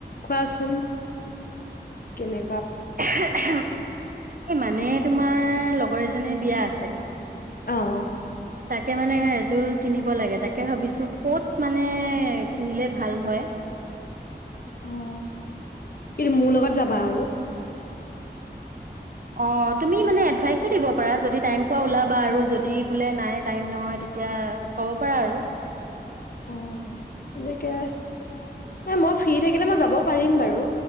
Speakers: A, on the left; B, on the right.
A: কোৱাচোন? কেনে?
B: <unintelligible> এই মানে তোমাৰ লগৰ এজনীৰ বিয়া আছে।
A: অহ।
B: তাকে মানে এযোৰ কিনিব লাগে তাকে ভাবিছোঁ ক'ত মানে কিনিলে ভাল হয়।
A: অ'। কিন্তু মোৰ লগত যাবা আৰু।
B: আহ তুমি মানে এডভাইচো দিব পাৰা যদি টাইম পোৱা ওলাবা আৰু যদি বোলে নাই টাইম নহয় তেতিয়া ক'ব পাৰা আৰু।
A: অ তেনেকে নাই মই ফ্ৰী থাকিলে মই যাব পাৰিম বাৰু